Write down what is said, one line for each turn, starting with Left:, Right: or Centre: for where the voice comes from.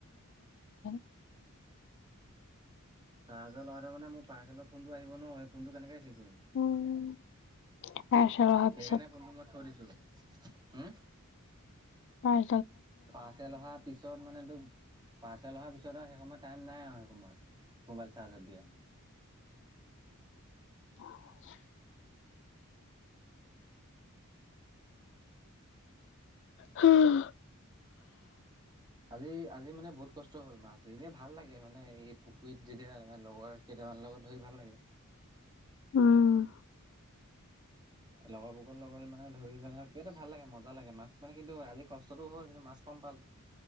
Left: <unintelligible>
Right: চাৰ্জৰ লগতে মানে মোৰ পাৰ্চেলৰ ফোনটো আহিব ন। সেই ফোনটো কেনেকে দিম
Left: উম পাৰ্চেল অহাৰ পিছত
Right: সেইকাৰণে ফোনটো মই থৈ দিছোঁ। হো?
Left: হয়।
Right: পাৰ্চেল অহাৰ পিছত মানেতো পাৰ্চেল অহাৰ পিছত আৰু সেই সময়ত টাইম নাই আৰু সেই সময়ত মোবাইল চাৰ্জত দিয়া
Left: <inaudible> হোহ।
Right: আজি আজি মানে বহুত কষ্ট হ'ল মাছ দি এনেই ভাল লাগে মানে এই পুখুৰীত যেতিয়া লগৰ কেইটামান লগত ধৰি ভাল লাগে।
Left: উম
Right: লগৰবগৰ লগত মানে ধৰি পেলাই আৰু কিবা এটা ভাল লাগে মজা লাগে মাছ মানে কিন্তু আজি কষ্টটো হ'ল কিন্তু মাছ পালো